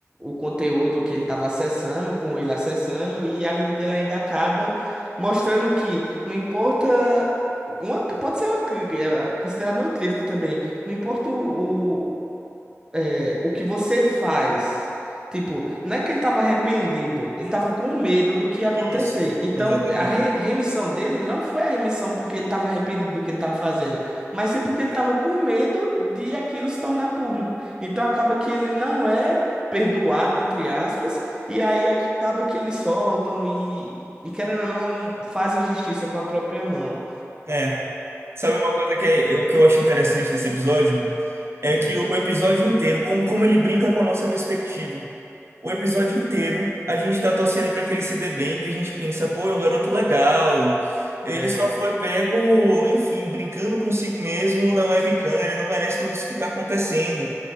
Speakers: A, on the right; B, on the right.
A: o conteúdo que ele estava acessando, com ele acessando, e a vida dele ainda acaba, mostrando que não importa. Uma, pode ser uma, cri- é, considerado uma crítica também. Não importa o, o, é, o que você faz. Tipo, não é que ele estava arrependido, ele estava com medo do que ia acontecer.
B: isso,
A: Então,
B: exatamente.
A: a re- remissão dele não foi a remissão porque ele estava arrependido do que ele estava fazendo, mas sim porque ele estava com medo de aquilo se tornar público. Então, acaba que ele não é perdoado, entre aspas, e aí acaba que eles soltam e, e querendo ou não, fazem justiça com a própria mão.
B: É. Sabe uma coisa que, é, o que eu acho interessante desse episódio? É
A: Hum,
B: que o o episódio inteiro, como, como ele brinca com a nossa perspectiva. O episódio inteiro, a gente tá torcendo pra que ele se dê bem, que a gente pensa, pô, é um garoto legal. Ele
A: é.
B: só foi pego, enfim, brincando consigo mesmo, não é bicana, ele não merece tudo isso que tá acontecendo.